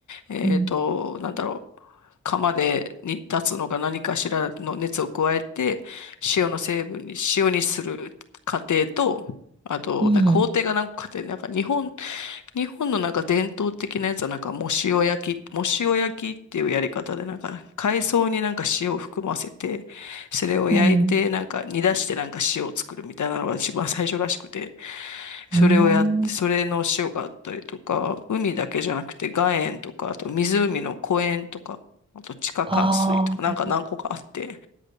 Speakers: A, on the left (about 75°); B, on the right (about 15°).
A: えーと、
B: うん。
A: なんだろう、釜で煮立つのか何かしらの熱を加えて、塩の成分に、塩にする過程と、あと、
B: うん。
A: なんか工程が何個かあって、なんか日本日本のなんか伝統的なやつはなんかもう塩焼き、もう塩焼きっていうやり方でなんか海藻になんか塩を含ませて、それを焼いてなんか煮出してなんか塩を作るみたいなのが一番最初らしくて、
B: うん。
A: それをやって、
B: うん。
A: それの塩があったりとか、海だけじゃなくて岩塩とか、あと湖の湖塩とか、あと地下灌水とかなんか何個かあって、
B: ああ